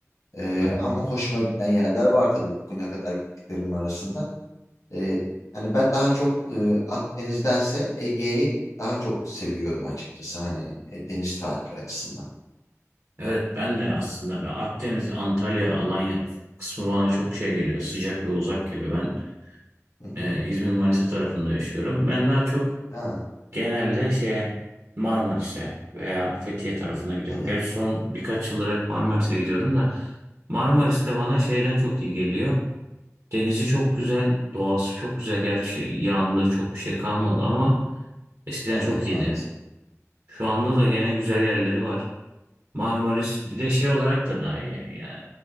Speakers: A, on the left; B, on the right.
A: E,
B: Hı hı.
A: ama hoşuma giden yerler var tabii bugüne kadar gittiklerimin arasında. E, hani ben daha çok e, Akdeniz'dense Ege'yi daha çok seviyorum açıkçası hani e, deniz tatili açısından.
B: Evet ben de aslında ben Akdeniz, Antalya, Alanya kısmı bana çok şey geliyor. Sıcak ve uzak geliyor. Ben
A: Hı hı.
B: e, İzmir, Manisa tarafında yaşıyorum. Ben daha çok
A: Ha.
B: Genelde şeye Marmaris'e veya Fethiye tarafına gidiyorum.
A: Hı hı.
B: Gerçi son birkaç yıldır hep Marmaris'e gidiyorum da Marmaris'te
A: Hı hı.
B: bana şeyden çok iyi geliyor. Denizi çok güzel, doğası çok güzel. Gerçi yandı çok bir şey kalmadı ama eskiden
A: Evet
B: çok iyiydi.
A: maalesef.
B: Şu anda da gene güzel yerleri var. Marmaris
A: Hı hı.
B: bir de şey olarak da daha iyi. Yani